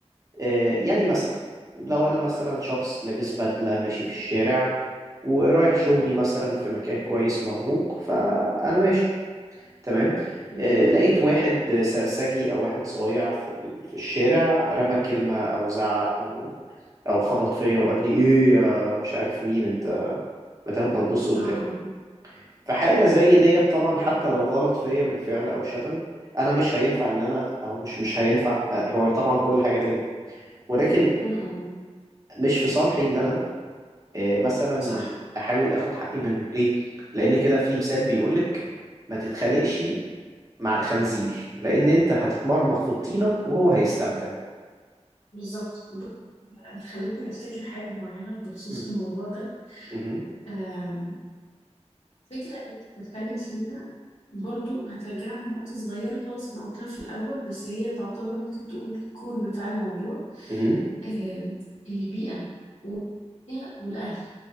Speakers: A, on the right; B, on the left.
A: آه،
B: مهم.
A: يعني مثلا لو انا مثلا شخص لابس بدلة ماشي في الشارع ورايح شغلي مثلا في مكان كويس مرموق فانا ماشي تمام
B: لطيف
A: آه، لقيت واحد سرسجي او واحد صايع في ال- في الشارع رمى كلمة او زعق او او خبط فيا وقال لي ايه يا مش عارف مين انت ما تاخد ما تبص قدامك
B: آه آه
A: فحاجة زي ديت طبعا حتى لو غلط فيا بالفعل او شتم انا مش هينفع ان انا او مش مش هينفع آه، هو طبعا كل حاجة تنفع ولكن
B: آه. آه، آه، آه.
A: مش في صالحي ان انا آه، مثلا
B: صح
A: احاول اخد حقي منه ليه لان كده في مثال بيقولك ما تتخانقش مع الخنزير لان انت هتتمرمغ في الطينة وهو هيستمتع
B: بالظبط بص، أنت خلتني أفتكر حاجة معينة بخصوص
A: مم.
B: الموضوع ده
A: مهم.
B: آم، فكرة أنت بتتكلم فيها برضو هترجعنا لنقطة صغيرة خالص أنا قلتها في الأول بس هي تعتبر ممكن تقول الكور بتاع الموضوع
A: مهم.
B: آه، البيئة والدنيا والأهل